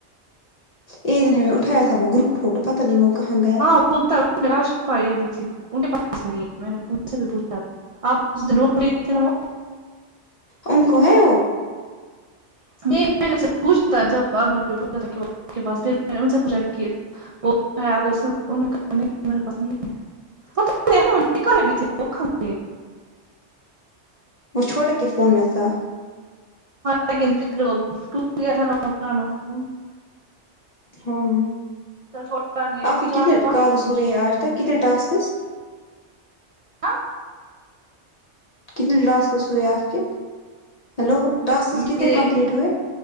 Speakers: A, on the left (about 45°); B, on the right (about 60°).
A: ایک دن ہمیں اٹھایا تھا وہ گروپ فوٹو پتا نہیں وہ کہاں گیا
B: <unintelligible> <unintelligible>
A: ان کو ہے وہ
B: <unintelligible> <unintelligible> گئے
A: وہ چوڈے کے فون میں تھا
B: <unintelligible>
A: ہاں
B: چل تھوڑا نے
A: آپ کے
B: چار
A: کتنے
B: پانچ
A: کالز
B: فون
A: ہوئے
B: چینج
A: ہیں
B: کیے
A: آج
B: ہوں
A: تک
B: گے
A: کتنے ٹاسکز
B: آہ
A: کتنے ٹاسکس ہوئے آپ کے ہیلو ٹاسکس
B: میرے
A: کتنے کمپلیٹ ہوئے